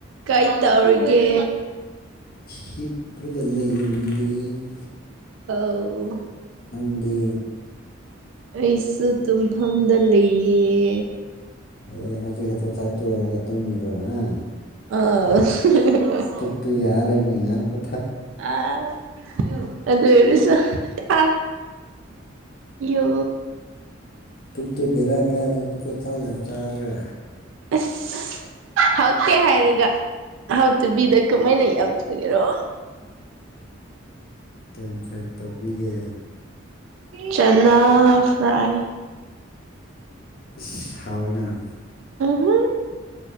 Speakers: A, on the right; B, on the left.
A: ꯀꯩ ꯇꯧꯔꯤꯒꯦ
B: ꯍꯤꯞꯄꯗ ꯂꯩꯔꯤꯌꯦ
A: ꯑꯥꯎ
B: ꯅꯪꯗꯤ
A: ꯑꯩꯁꯨ ꯇꯨꯝꯐꯝꯗ ꯂꯩꯌꯦ
B: ꯑꯦ ꯍꯧꯖꯤꯛ ꯈꯛꯇ ꯆꯥꯛ ꯇꯣꯛꯑꯒ ꯇꯨꯝꯃꯤꯔꯣ ꯑꯥ
A: ꯑꯥꯎ
B: ꯨ ꯇꯨ ꯌꯥꯔꯣꯢꯅꯦ ꯉꯍꯥꯛ ꯄꯣ
A: ꯑꯥ ꯑꯗꯨ ꯑꯣꯢꯔꯁꯨ ꯑꯥ ꯌꯨ
B: ꯄꯨꯛꯇꯨ ꯚꯦꯔꯥ ꯀꯥꯖꯅꯤꯀꯣ ꯆꯥꯛ ꯌꯥꯝ ꯆꯔꯒ
A: ꯑꯁ ꯍꯥꯎꯇꯦ ꯍꯥꯏꯔꯒ ꯍꯥꯎꯇꯕꯤꯗ ꯀꯃꯥꯏꯅ ꯌꯥꯝ ꯆꯒꯦꯔꯣ
B: ꯀꯩ ꯃꯊꯦꯜ ꯇꯧꯕꯤꯒꯦ
A: ꯆꯅꯥ ꯐ꯭ꯔꯥꯏ
B: ꯏꯁ ꯍꯥꯎꯋꯦꯅꯥ
A: ꯎꯝꯍꯨꯝ